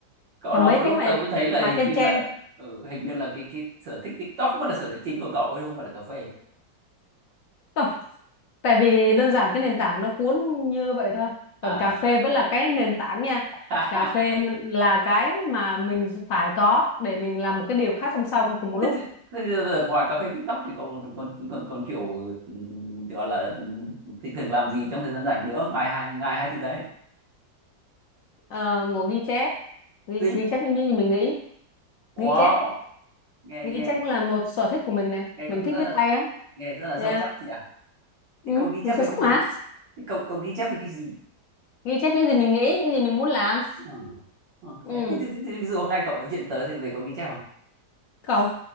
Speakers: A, on the right; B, on the left.
A: cậu
B: còn
A: nói
B: mấy
A: một lúc
B: cái mà
A: tớ mới thấy là
B: mà
A: hình
B: chen
A: như
B: chen
A: là ừ, hình như là cái cái sở thích TikTok mới là sở thích chính của cậu ấy không phải là cà phê
B: <laughs> tại vì đơn giản cái nền tảng nó cuốn như vậy thôi còn
A: à
B: cà phê vẫn là cái nền tảng nha
A: <laughs>
B: cà phê là cái mà mình phải có để mình làm một cái điều khác song song cùng một lúc
A: thế, thì- thế, thì bây giờ ngoài cà phê TikTok thì cậu còn còn còn, còn kiểu ừ, gọi là ừ, thì thường làm gì trong thời gian rảnh nữa ngoài hai ngoài hai thứ đấy
B: Ờ, ngồi ghi chép ghi,
A: Gì?
B: ghi chép những gì mình nghĩ
A: Wow,
B: ghi chép
A: nghe
B: ghi
A: nghe
B: chép cũng là một sở thích của mình này
A: nghe cũng
B: mình thích
A: rất
B: viết
A: là
B: tay á
A: nghe rất là
B: yeah.
A: sâu sắc nhỉ.
B: ừ,
A: Thế cậu ghi
B: mình
A: chép
B: sâu
A: về
B: sắc
A: cái gì?
B: mà
A: Thế cậu cậu ghi chép về cái gì?
B: ghi chép những gì mình nghĩ những gì mình muốn làm
A: Ừ. Ok.
B: ừ.
A: Thế, thế, thế, thế, ví dụ hôm nay cậu nói chuyện với tớ thì về cậu ghi chép không?
B: không